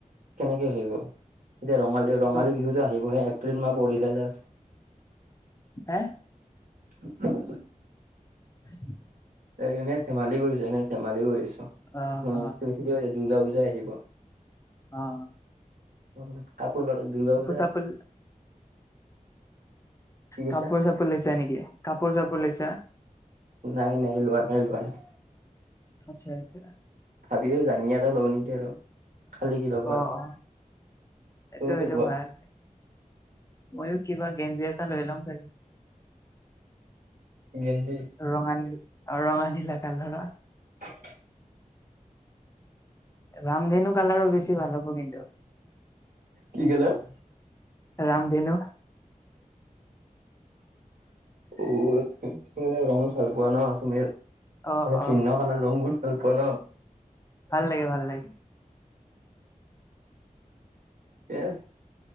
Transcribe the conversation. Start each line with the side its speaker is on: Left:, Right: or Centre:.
Right: কেনেকে আহিব? এতিয়া ৰঙালীয় ৰঙালী
Left: ত
Right: বিহুত এতিয়া আহিবহে এপ্ৰিল মাহ পৰিলে জাষ্ট।
Left: হে,
Right: <inaudible>
Left: <inaudible>
Right: এ এনেই ধেমালি কৰিছো, এনেই ধেমালি কৰিছো। উম'
Left: অ অ
Right: তুমি ঠিকেই কৈছা, দুৰ্গা পূজাই আহিব।
Left: অঁ।
Right: উম কাপোৰ ললে, দুৰ্গা পূজা,
Left: চাপোৰ
Right: কি কৈছা
Left: কাপোৰ চাপোৰ লৈছা নেকি? কাপোৰ চাপোৰ লৈছা।
Right: নাই নাই লোৱা নাই লোৱা নাই।
Left: আটচ্ছা আটচ্ছা।
Right: ভাবিছোঁ জাঙিয়া এটা লওঁ নেকি আৰু। খালি কি ল'বা
Left: অঁ
Right: আৰু
Left: অঁ, এইটো
Right: তুমি কি
Left: এইটো
Right: ল'বা
Left: ভাল। ময়ো কিবা গেঞ্জি এটা লৈ ল'ম চাগে।
Right: গেঞ্জি।
Left: ৰঙা নীল, অঁ ৰঙা নীলা কালাৰৰ।
Right: <inaudible>
Left: ৰামধেনু কালাৰৰ বেছি ভাল হ'ব কিন্তু।
Right: কি কা'লাৰ?
Left: ৰামধেনু।
Right: অঁ, তুমি মানে ৰং ভাল পোৱা ন তুমি,
Left: অ
Right: মানে,
Left: অ
Right: ভিন্ন কালাৰ ৰং বোৰ ভাল পোৱা ন।
Left: ভাল লাগে, ভাল লাগে।
Right: ঠিকে আছে,